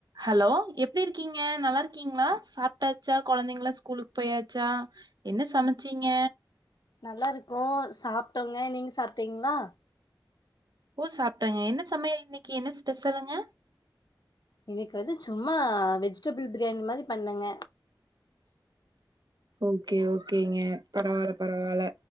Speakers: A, on the right; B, on the left.
A: ஹலோ எப்டிருக்கீங்க நல்லா இருக்கீங்ளா சாப்ட்டாச்சா குழந்தைங்களா ஸ்கூலுக்கு போயாச்சா என்ன சமச்சீங்க
B: நல்லாருக்கோ சாப்ட்டோங்க நீங்க சாப்ட்டீங்ளா
A: ஓ சாப்ட்டாங்க என்ன சமையல் இன்னைக்கு என்ன ஸ்பெஷலுங்க
B: இன்னைக்கு வந்து சும்மா வெஜிடபுள் பிரியாணி மாரி பண்ணங்க
A: ஓகே ஓகேங்க பரவால்ல பரவால்ல